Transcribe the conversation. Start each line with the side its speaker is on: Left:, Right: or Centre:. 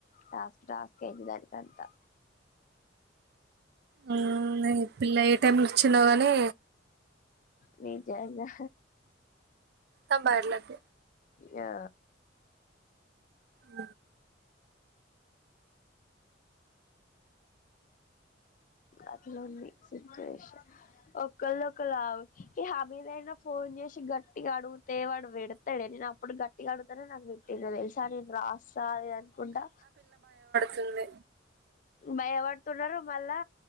Left: టాస్క్ టస్క్ పెడితే అంతా
Right: హుమ్ ఈ పిల్ల ఏ టైమ్ లో వచ్చిండో గాని
Left: నిజంగా
Right: అ బర్లక్
Left: గా
Right: అ
Left: అట్లోంది సిచువేషన్ ఒక్కల్లోక్కాలవ్ ఈ హమీద అయినా ఫోన్ చేసి గట్టిగా అడుగుతే వాడు పేడ్ తాడే నేను అప్పుడు గట్టిగా అడుతనే నాకు పెట్టిండు తెలుసా నేను రాస్తా అనుకుంటా
Right: సుంది
Left: భయపడుతున్నారు మళ్ళా